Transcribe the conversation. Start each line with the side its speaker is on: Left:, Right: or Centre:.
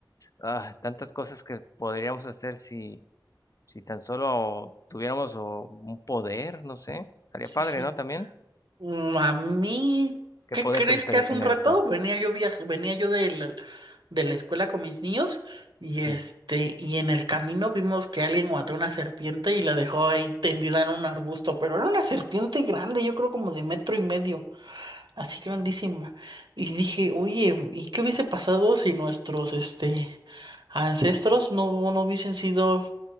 Left: ah, tantas cosas que podríamos hacer si, si tan solo tuviéramos o, un poder, no sé. Estaría
Right: Sí,
Left: padre,
Right: sí.
Left: ¿no? También.
Right: Mm, A mí,
Left: ¿Qué
Right: ¿qué
Left: poder
Right: crees
Left: te gustaría
Right: que hace
Left: tener
Right: un rato
Left: a ti?
Right: venía yo viaj- venía yo del- de la escuela con mis niños y
Left: Sí.
Right: este y en el camino vimos que alguien mató una serpiente y la dejó ahí tendida en un arbusto, pero era una serpiente grande, yo creo como de metro y medio, así grandísima. Y dije, oye, ¿y qué hubiese pasado si nuestros este ancestros no no hubiesen sido